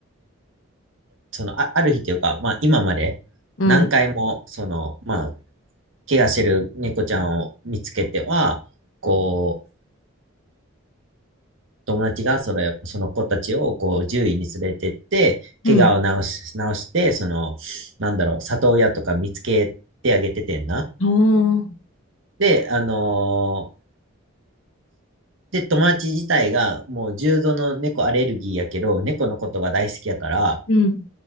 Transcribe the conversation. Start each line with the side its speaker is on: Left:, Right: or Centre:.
Right: その、あ、ある日というか、まあ今まで何回も、
Left: うん、
Right: その、まあ、怪我してる猫ちゃんを見つけては、こう、友達がそれ、その子たちをこう獣医に連れてって、
Left: うん、
Right: 怪我を治し、治して、その、なんだろう、里親とか見つけてあげててんな。
Left: ああ、
Right: で、あのーで、友達自体がもう重度の猫アレルギーやけど、猫のことが大好きやから、
Left: うん、